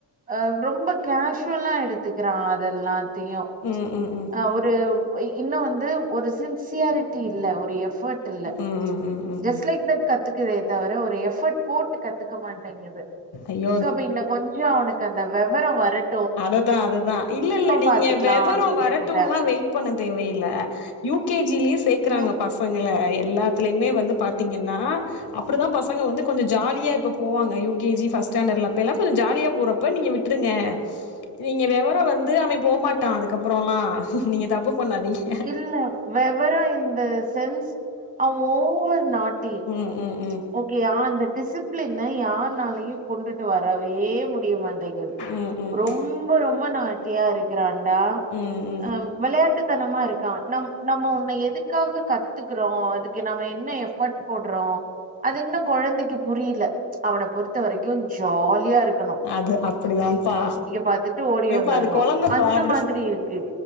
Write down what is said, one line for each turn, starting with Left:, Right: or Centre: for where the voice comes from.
Right: அ ரொம்ப கேஷ்வலா எடுத்துக்கறா அதல்லா த்தும்
Left: ம் ம் ம்
Right: ஆ ஒரு <unintelligible> இ இன்னு வந்து ஒரு சின்சியாரிட்டி இல்ல ஒரு எஃப் போட்டுல்ல
Left: ம் ம் ம் ம்
Right: ஜஸ்ட்
Left: ம்
Right: லைக் தட் கத்து க்குதே தவிர ஒரு எஃபர்ட் போட்டு கத்துக்க மாட்டேங்குது
Left: ஐயோ
Right: சோ அப்ப இன்ன கொஞ்ச அவனுக்கு அந்த வெவர வரட்
Left: அததா அதுதா இல்ல இல்ல நீங்க
Right: பாத்துக்கலா
Left: வெவர
Right: அப்டின்னு
Left: வரட்டுன்லா
Right: விட்டுட்ட
Left: வெ யிட் பண்ண தேவையில்ல யூ கே ஜி லயே சேக்கறாங்க
Right: ம்
Left: பசங்கள எல்லாத்துலயுமே வந்து பாத்திங்கன்னா அப்டிதா பசங்க வந்து கொஞ்ச ஜாலியா இப்ப போவாங்க யூ கே ஜி ஃபஸ்ட் ஸ்டாண்டல்லா இப்பலா கொஞ்ச ஜாலியா போறப்ப நீங்க விட்ருங்க. நீங்க வெவரோ வந்து அவே போமாட்டா அதுக்கப்புறலா நீங்க தப்பு பண்ணாதீங்க.
Right: இல்ல வெவரோ இந்த சென்ஸ் அவ ஓவர் நாட் டி
Left: ம், ம், ம்.
Right: ஓகேயா அந்த டிசிப்ளின் மே யார்னாலயு கொண்டுட்டு வரவே முடியமா ட்டிங்குது
Left: ம், ம்,
Right: ரொம்ப
Left: ம்.
Right: ரொம்ப நா ட்டியா இரு க்கராண்டா
Left: ம், ம்.
Right: ஆ வெளையாட்டுத்தன இருக்கா நம் நம்ம ஒண்ண எதுக்காக கத்துக்கறோ அதுக்கு நம்ம என்ன எஃபர்ட் போட்றோ அது இன்னு கொழந்தைக்கு புரியல அவன பொறுத்தவரைக்கு ஜாலியா இருக்
Left: அது அப்டிதாம்ப்பா
Right: பாத்துட்டு ஓடி
Left: ஏப்பா
Right: வந்துரணு
Left: அது கொழந்தப்பா
Right: அந்த
Left: அப்டி
Right: மாதிரி இருக்கு